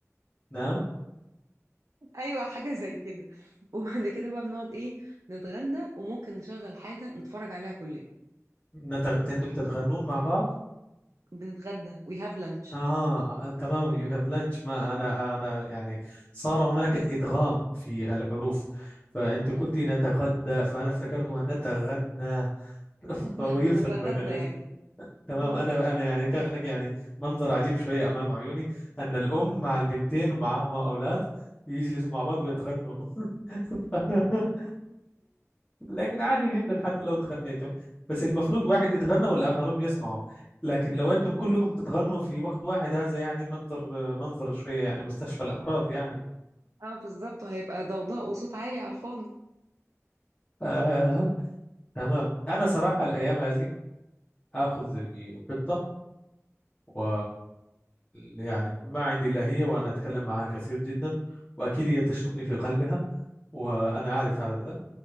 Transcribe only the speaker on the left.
نعم
نتغ... أنتم تتغنون مع بعض
اها تمام يو هاف لانش ما انا انا يعني صار هناك ادغام في الحروف فانت قلتي نتغدى فانا افتكرت ان نتغنى <laughs> فهو
يفرق بين الاس
تمام
انا انا يعني كان يعني منظر عجيب شويه امام عيوني ان الام مع البنتين ومعهما اولاد يجلسوا مع بعض ويتغنوا <laughs> لكن عادي جدا حتى لو تغنيتم بس المفروض واحد يتغنى والآخرون يسمعوا لكن لو أنتم كلكم تتغنوا في وقت واحد هذا يعني منظر منظر شوية يعني مستشفى الأمراض يعني
آه. تمام أنا صراحة الأيام هذه آخذ القطة و يعني ما عندي إلا هي وأنا أتكلم معها كثير جدا وأكيد هي تشتمني في قلبها وأنا عارف هذا